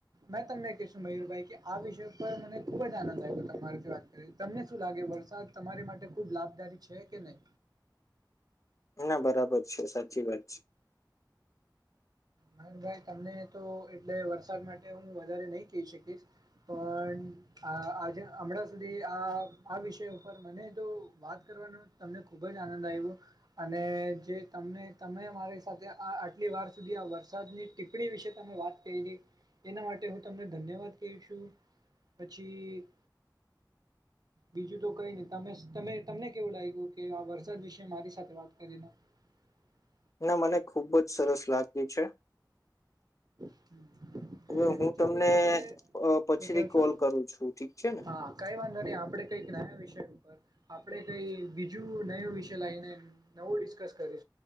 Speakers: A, on the right; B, on the left.
A: મેં તમને કશું મયુરભાઈ કે આ વિષય પર મને ખુબ જ આનંદ આવ તમારે વાત કરી તમને શું લાગે? વરસાદ તમારી માટે ખૂબ લાભદારી છે, કે નહી?
B: ના બરાબર છે સાચી વાત છે,
A: મયનભાઈ તમને તો એટલે વરસાદ માટે હું વધારે નહી કહી શકીશ પણ આજે હમણાં સુધી આ આ વિષય ઉપર મને તો વાત કરવાનું તમને ખૂબ જ આનંદ આવ્યો અને જે તમને તમે મારી સાથે આ આટલી વાર સુધી આ વર્ષ વરસાદની ટીપ્પણી વિશે તમે વાત કરીલી એના માટે હું તમને ધન્યવાદ કહી છું. પછી બીજું તો કઈ નહી તમને કેવું લાગ્યું કે આ વરસાદ વિશે મારી સાથે વાત કરીને, <unintelligible>
B: ના મને ખૂબ જ સરસ લાગ્યું છે,
A: હમ્મ
B: હવે
A: ચાલ
B: હું તમને
A: આપણે
B: અ પછીથી
A: શું કેવ છું
B: કોલ કરું છું ઠીક છે ને
A: હા કઈ વાધો નય આપડે કઈક નયા વિષય ઉપર આપડે કઈ બીજું નયું વિષય લઈને નવું ડિસ્કસ કરી.